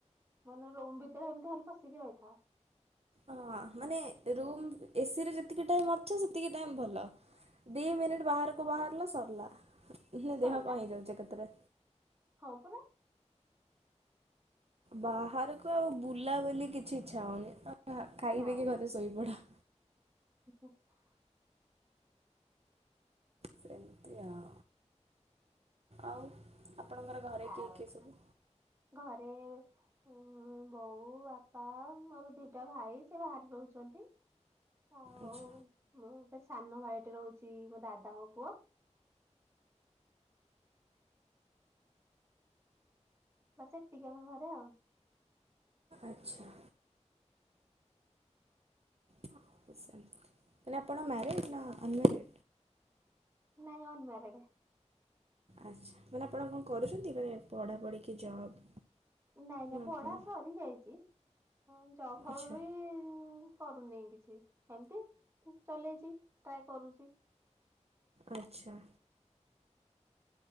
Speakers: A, on the right; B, on the right.
A: ମାନେ ରୁମ୍ ଭିତରେ ଏମିତି ଖାଲି ପଶିକି ରହିଥା,
B: ହଁ ମାନେ ରୁମ୍ ଏସି ରେ ଯେତିକି ଟାଇମ୍ ଅଛି ସେତିକି ଟାଇମ୍ ଭଲ ଦି ମିନିଟ୍ ବାହାରକୁ ବାହାରିଲ ସରିଲା
A: ସଇଲା
B: ଦେହ କଣ ହେଇଯାଉଛି ଏକା ତରେ
A: ହଁ ପରା
B: ବାହାରକୁ ଆଉ ବୁଲାବୁଲି କିଛି ଇଚ୍ଛା ହଉନି ଖାଇ
A: ନାଇଁ
B: ପିକିି ଘରେ ଶୋଇପଡ।
A: <inaudible>
B: ସେମିତି ଆଉ ଆଉ, ଆପଣଙ୍କର ଘରେ
A: ଆଉ
B: କିଏ କିଏ
A: କଣ
B: ସବୁ?
A: ଘରେ ଉ ବୋଉ ବାପା ମୋର ଦିଟା ଭାଇ ସେ ବାହାରେ ରହୁଛନ୍ତି ହଁ
B: ଆଛା
A: ମୁଁ ଏ ସାନ ଭାଇ ଟେ ରହୁଛି ମୋ ଦାଦାଙ୍କ ପୁଅ ବା ସେତିକି ଆମ ଘରେ ଆଉ
B: ଆଚ୍ଛା ମାନେ ଆପଣ ମ୍ୟାରଡ଼୍ ନା ଅନମ୍ୟାରେଡ
A: ନାଇଁ ଅନମ୍ୟାରେଡ
B: ଆଚ୍ଛା ମାନେ ଆପଣ କଣ କରୁଛନ୍ତି ମାନେ ପଢ଼ାପଢ଼ିିକି ଜବ୍
A: ନାଇଁ ନାଇଁ
B: ନା
A: ପଢା
B: କଣ?
A: ସରି ଯାଇଛି ହଁ ଜଵ ଫବ
B: ଆଚ୍ଛା
A: ବି କରୁନି କିଛି ଏମିତି ଚଲେଇଛି ଟ୍ରାଏ କରୁଛି।
B: ଆଚ୍ଛା